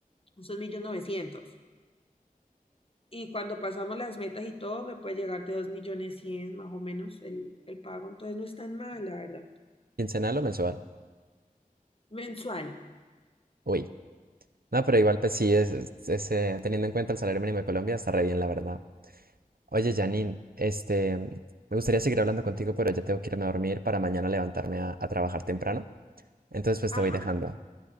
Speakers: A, on the left; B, on the right.
A: son un millón novecientos Y cuando pasamos las metas y todo, me puede llegar de dos millones cien más o menos el, el pago. Entonces no es tan mal, la verdad.
B: ¿Quincenal o mensual?
A: Mensual.
B: Uy. No, pero igual, pues sí, es, es- es, eh, teniendo en cuenta el salario mínimo de Colombia, está re bien, la verdad. Oye, Janine, este, me gustaría seguir hablando contigo, pero ya tengo que irme a dormir para mañana levantarme a, a trabajar temprano. Entonces, pues
A: Ajá.
B: te voy dejando.